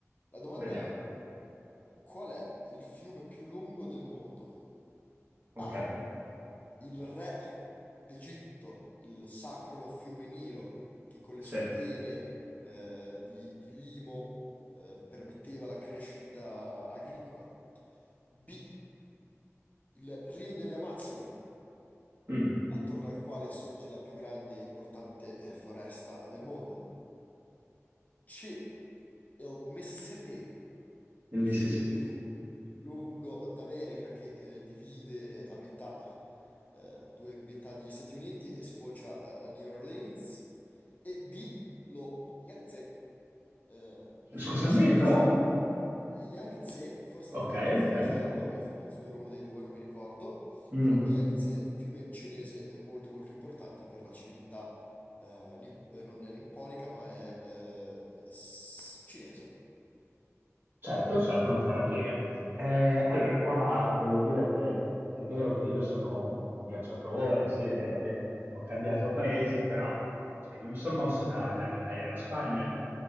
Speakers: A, on the left (about 30°); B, on the right (about 45°).
A: la domanda
B: Vediamo.
A: è: qual è il fiume più lungo del mondo?
B: Ok,
A: A. Il re d'Egitto, il sacro fiume Nilo, che con le
B: sì.
A: sue piene eh, di, di limo eh, permetteva la crescita agricola. B. Il Rio delle Amazzoni,
B: Mm,
A: attorno al quale sorge la più grande e importante eh, foresta del mondo. C. Il Mississippi,
B: il
A: il
B: Mississippi.
A: fiume più lungo d'America che eh, divide eh, a metà eh, due metà degli Stati Uniti e sfocia eh, a New Orleans, e D, lo Yangtze, eh, fiume
B: Scusami,
A: cinese.
B: no?
A: Eh, Yangtze, forse detto
B: Ok,
A: anche fiume
B: ok.
A: giallo o fiume azzurro, uno dei due, non mi ricordo,
B: Mm,
A: però lo Yangtze, fiume cinese, è molto molto importante per la civiltà, eh, nip- eh, non è nipponica, ma è eh, s- cinese.
B: certo, certo, non fa una piega. Eh, allora, qua devo dire che è vero che io sono un viaggiatore, sì, è vero che ho cambiato paese, però cioè, io mi sono mosso da- dall'Italia alla Spagna,